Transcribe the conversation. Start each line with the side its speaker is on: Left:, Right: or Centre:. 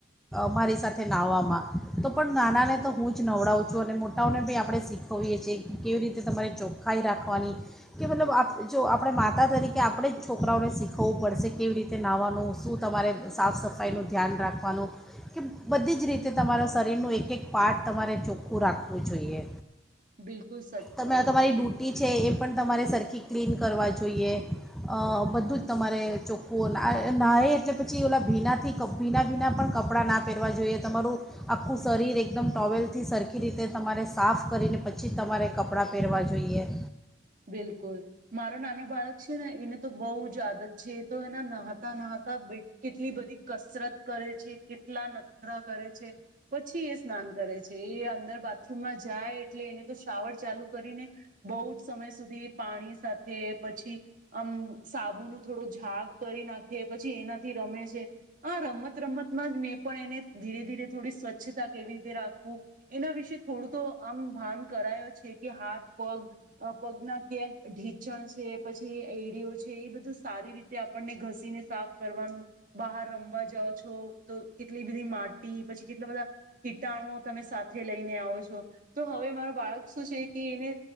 Centre: મારી સાથે નાહવામાં તો પણ નાનાને તો હું જ નવડાવું છું અને મોટાઓને બી આપણે શીખવીએ છે કેવી રીતે તમારે ચોખ્ખાઈ રાખવાની કે મતલબ આપણે જો આપણે માતા તરીકે આપણે જ છોકરાઓને શીખવવું પડશે કેવી રીતે નાહવાનું શું તમારે સાફ સફાઈનું ધ્યાન રાખવાનું કે બધી જ રીતે તમારા શરીરનું એક એક પાર્ટ તમારે ચોખ્ખું રાખવું જોઈએ
Right: બિલકુલ સાચું
Centre: તમારી
Right: કહો છો તમે
Centre: ડ્યુટી છે એ પણ તમારે સરખી ક્લીન કરવા જોઈએ અ બધું જ તમારે ચોખ્ખું ના એટલે <unintelligible> પછી ઓલા ભીનાથી ભીના ભીના પણ કપડાં ના પહેરવા જોઈએ તમારું આખું શરીર એકદમ ટોવેલથી સરખી રીતે તમારે સાફ કરીને પછી તમારે કપડાં પહેરવા જોઈએ
Right: બિલકુલ મારો નાનો બાળક છે ને એને તો બહુ જ આદત છે તો એના નહતા નહતા કેટલી બધી કસરત કરે છે કેટલા નખરા કરે છે પછી એ સ્નાન કરે છે એ અંદર બાથરૂમમાં જાય એટલે એને તો શ્રાવળ ચાલુ કરીને બહુ જ સમય સુધી પાણી સાથે પછી આમ સાબુ નું થોડું જક કરી નાખે પછી એનાથી રમે છે હ રમત રમતમાં જ મેં પણ એને ધીરે ધીરે થોડી સ્વચ્છતા કેવી રીતે રાખવું એના વિશે થોડું તો આમ ભાન કરાયો છે કે હાથ પગ પગના ક્યાંક ઢીચણ છે પછી એડીઓ છે એ બધું સારી રીતે આપણને ઘસીને સાફ કરવાનું બહાર રમવા જાાવ છો તો કેટલી બધી માટી પછી કેટલા બધા કીટાણુ તમે સાથે લઈને આવો છો તો હવે મારો બાળક શું છે કે એને